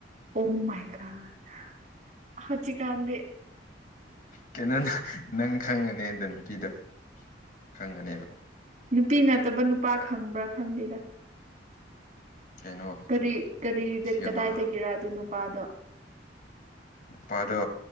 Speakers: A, on the right; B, on the left.
A: ꯑꯣꯃꯥꯏ ꯀꯥꯟ ꯍꯧꯖꯤꯛ ꯀꯥꯟꯗꯤ
B: ꯀꯩꯅꯣꯅꯦ ꯅꯪ ꯈꯪꯉꯅꯤ ꯑꯗꯨ ꯅꯨꯄꯤꯗꯣ ꯈꯪꯉꯅꯤꯕ
A: ꯅꯨꯄꯤ ꯅꯠꯇꯕ ꯅꯨꯄꯥ ꯈꯪꯕ꯭ꯔꯥ ꯈꯪꯗꯦꯗꯥ꯫
B: ꯀꯩꯅꯣ
A: ꯀꯔꯤ ꯀꯔꯤꯗ
B: ꯐꯤꯌꯣꯅꯥ
A: ꯀꯗꯥꯏꯗꯒꯤꯔ ꯑꯗꯨ ꯅꯨꯄꯥꯗꯣ
B: ꯅꯨꯄꯥꯗꯣ